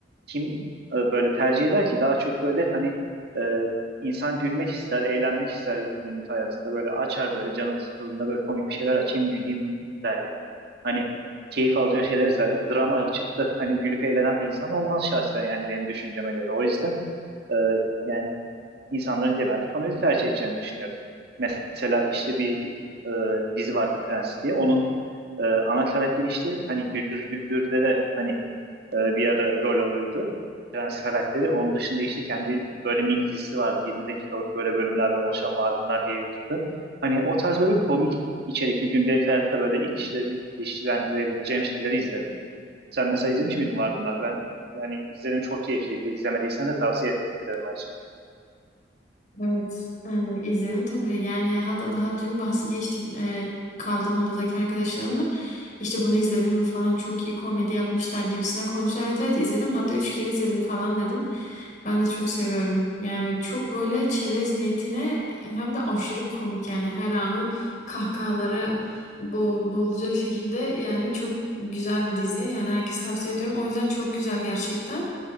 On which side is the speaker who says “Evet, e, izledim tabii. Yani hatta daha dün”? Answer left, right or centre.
Left